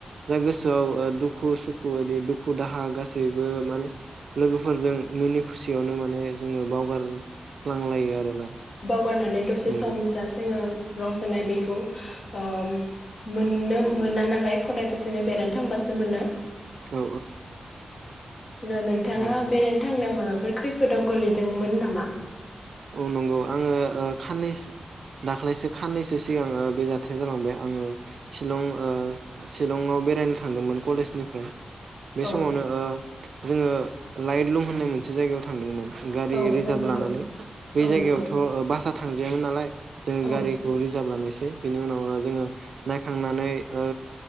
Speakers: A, on the right; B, on the left.
A: जा गोसोआव ओ दुखु सुखु बिदि दुखु दाहा गासैबो माने लोगोफोरजों मिनि खुसियावनो माने जोङो बावगार लांलायो आरोना
B: गारनानै दसे
A: नंगौ
B: सम जा जोङो रंजानाय बेखौ ओ मोननो मोना नालाय खदायबो जोंङो बेरायनो थांबासो मोनो।
A: औ
B: ना नोंथाङा
A: नंगौ नंगौ
B: बेरायनो थां नामा फोर खैफोदाव गोलैदोंमोन नामा
A: औ नंगौ आङो खाननैसो दाख्लैसो खाननैसो सिगां बे जाथाया जालांबाय आङो सिलं ओ सिलंआव बेरायनो थांदोंमोन कलेजनिफ्राय बे
B: औ
A: समावनो ओ जोङो लाइट लुम होननाय मोनसे जायगायाव थांदोंमोन गारि
B: औ
A: रिजार्भ
B: औ नंगौ
A: लानानै बे
B: औ
A: जायगायावथ'
B: नंगौ
A: बा सा थांजायामोन नालाय जों
B: औ
A: गारिखौ रिजार्भ लानाय सै बिनि उनाव जोङो नायखांनानै ओ